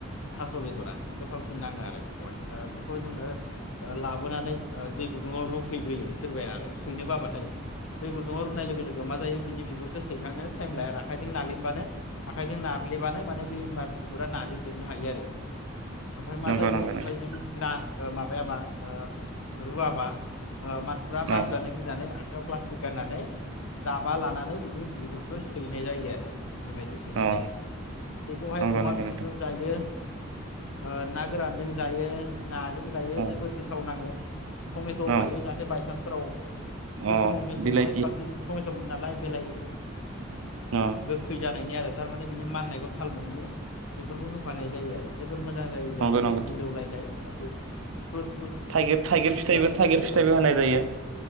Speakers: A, on the left (about 80°); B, on the right (about 75°).
A: थास' बेदरा गोथावसिन नाङो आरो बेखौहाय ओ खौ जोङो ओ लाबोनानै ओ दै गुदुङाव रुफैयो सोरबाया आरो सैनो बाबाथाय दै गुदुङाव रुनाय लोगो लोगो माजायो बिनि बिगुरखौ सैखां टाइम लाया आखाइजों नालिबानो आखाइजों नाब्लेबानो माने बै बि गुरा नालेमजोबनो हायो आरो। ओमफ्राय मा
B: नंगौ
A: जायो
B: नंगौ
A: ओमफ्राय
B: नोंथां
A: जुदि ना ओ माबायाबा ओ रुवाबा ओ मानसिफ्रा मानजानो
B: अ
A: गिनानै आ खाइयाव प्लास्टिक गाननानै दाबा लानानै बिनि बिगुरखौ सैनाय जायो आरो बेबायदि सैनाय
B: अ
A: जायो आरो बेखौहाय
B: नंगौ
A: अमा
B: नंगौ
A: बेदरजों
B: नोंथां
A: जायो। ओ ना गोरानजों जायो नाजों जायो
B: अ
A: जोबोद गोथाव नाङो। टमेट' होफायो
B: अ
A: जाहाथे बायसान्सफोराव
B: अ
A: बै समाव मेसेङावहाय
B: बिलाइथि
A: बांसिन टमेट'मोन नालाय बेलाहि
B: अ
A: गोखै जानायनि आरो थारमाने बिनि माननायखौ थाल मोनैनि बेफोरखौ होफानाय जायो आरो जों। <unintelligible> मोजां जायो जानो
B: नंगौ नंगौ
A: मिलौलायनाय <unintelligible> बिराद
B: थाइगिर थाइगिर फिथाइबो
A: गोथाव
B: थाइगिर
A: जायो
B: फिथाइबो
A: आरो
B: होनाय जायो